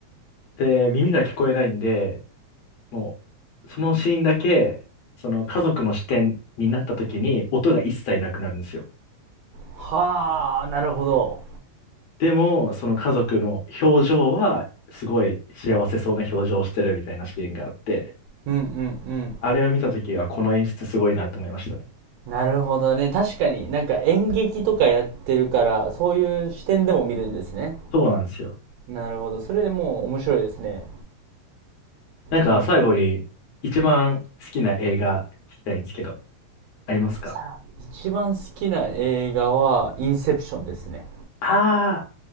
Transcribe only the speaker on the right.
はあ、なるほど。
うんうんうん。
なるほどね。確かになんか演劇とかやってるから、そういう視点でも見るんですね。
なるほど。それでもう面白いですね。
もっと。
さあ、一番好きな映画はインセプションですね。